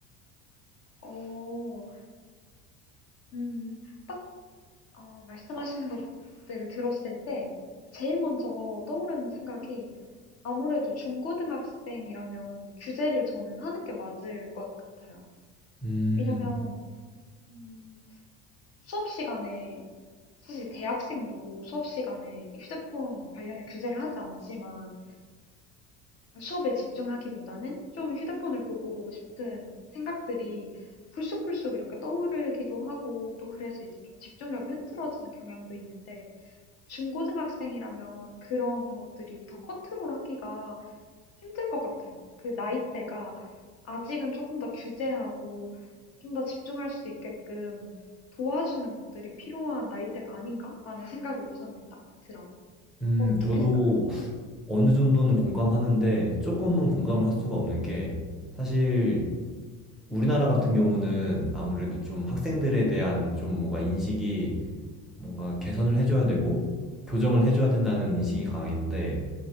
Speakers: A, on the left; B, in the centre.
A: 어, 음, 딱, 어, 말씀하시는 것들을 들었을 때, 제일 먼저 떠오르는 생각이, 아무래도 중고등학생이라면 규제를 저는 하는 게 맞을 것 같아요.
B: 음,
A: 왜냐면, 음, 수업 시간에, 사실 대학생도 수업 시간에 휴대폰 관련해 규제를 하지 않지만, 수업에 집중하기보다는 좀 휴대폰을 보고 싶은 생각들이 불쑥불쑥 이렇게 떠오르기도 하고 또 그래서 이제 좀 집중력이 흐트러지는 경향도 있는데 중고등학생이라면 그런 것들이 더 컨트롤하기가 힘들 것 같아요. 그 나이대가 아직은 조금 더 규제하고 좀 더 집중할 수 있게끔 도와주는 것들이 필요한 나이대가 아닌가라는 생각이 우선은 딱 들어요.
B: 음,
A: 어떻게
B: 저도
A: 생각하세요?
B: 어느 정도는 공감하는데 조금은 공감을 할 수가 없는 게 사실 우리나라 같은 경우는 아무래도 좀 학생들에 대한 좀 뭔가 인식이 뭔가 개선을 해줘야 되고 교정을 해줘야 된다는 인식이 강했는데
A: 네.